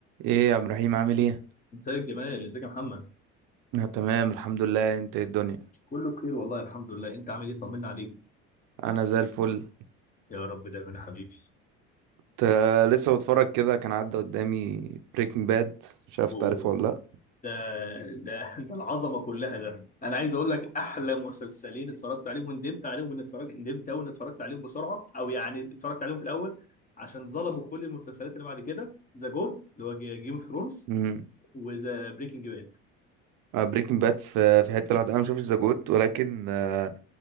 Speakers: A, on the right; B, on the left.
A: ايه يا عبد الرحيم عامل ايه
B: مساء الجمال ازيك يا محمد
A: انا تمام الحمد لله انت إيه الدنيا
B: كله بخير والله الحمد لله انت عامل ايه طمنا عليك
A: انا زي الفل
B: يا رب دايما يا حبيبي
A: تا- لسه بتفرج كده كان عدى قدامي بريكنج باد مش عارف
B: أوه.
A: تعرفه ولا لا
B: ده ده <laughs> ده العظمه كلها ده انا عايز اقول لك احلى مسلسلين اتفرجت عليهم وندمت عليهم وان اتفرجت ندمت قوي ان اتفرجت عليهم بسرعه او يعني اتفرجت عليهم في الاول عشان ظلموا كل المسلسلات اللي بعد كده ذا جود اللي هو جيم اوف ثرونز
A: امم
B: وذا بريكنج باد
A: بريكنج باد في في حته لوحدها انا ما شفتش ذا جود ولكن آه،